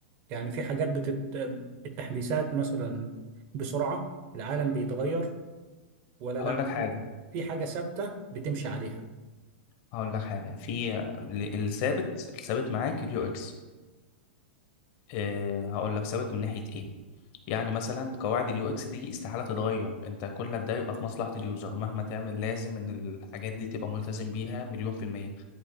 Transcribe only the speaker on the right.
يعني في حاجات بتت... التحديثات مثلا بسرعة العالم بيتغير ولا
لا
في في حاجة ثابتة بتمشي عليها